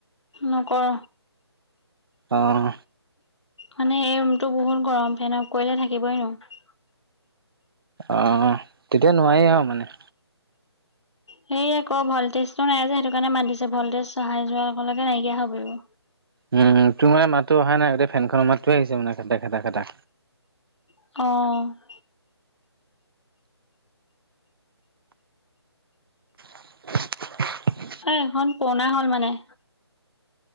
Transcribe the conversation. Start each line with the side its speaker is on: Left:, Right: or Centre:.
Left: নকৰ।
Right: অহ।
Left: মানে এই ৰুমটো বহুত গৰম, ফেন অফ কৰিলে থাকিবই নোৱাৰো।
Right: অঁ তেতিয়া নোৱাৰেই আৰু মানে।
Left: সেই আক ভলটেজটো নাই যে সেইটো কাৰণে মাত দিছে ভলটেজ চহাই যোৱাৰ লগে লগে নাইকিয়া হৈ পৰিব।
Right: উমঁ উমঁ, তোমাৰ মাতো অহা নাই গোটেই ফেনখনৰ মাতটোৱে আহিছে মানে খেটা খাটা খাটা।
Left: অঁ!
Right: <inaudible>
Left: এ এখন পুৰণা হ'ল মানে।